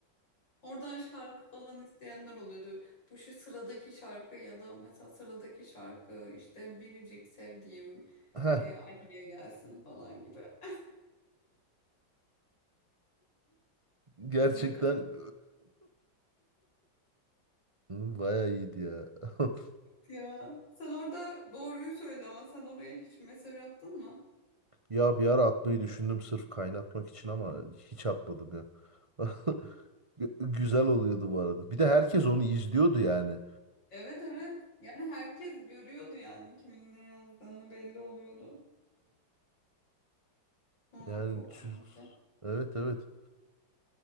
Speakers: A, on the left; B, on the right.
A: Oradan şarkı falan isteyenler oluyordu. Bu şu sıradaki şarkı ya da mesela sıradaki şarkı işte biricik sevdiğim
B: Ha
A: e, Ali'ye gelsin falan gibi. <laughs>
B: gerçekten
A: Ne kadar
B: <laughs> baya iyiydi ya. <laughs>
A: ya. Sen orada doğruyu söyle ama sen oraya hiç mesaj attın mı?
B: Ya bir ara atmayı düşündüm sırf kaynatmak için ama hiç atmadım ya. <laughs> Gü- Güzel oluyordu bu arada. Bir de herkes onu izliyordu yani.
A: Evet evet. Yani herkes görüyordu yani kimin ne yazdığını belli oluyordu. Hı,
B: Yani
A: çok
B: ç-
A: komikti.
B: evet evet.